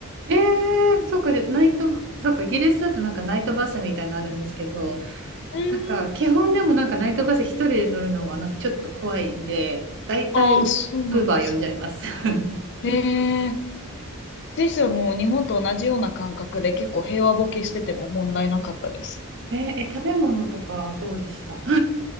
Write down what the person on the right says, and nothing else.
えー、そっか、じゃあナイト、そっか、イギリスだとなんかナイトバスみたいなのあるんですけど、
なんか基本でもなんかナイトバス一人で乗るのはなんかちょっと怖いんで、だいたいウーバー呼んじゃいます。
<laughs>
え、え、食べ物とかどうでした <laughs>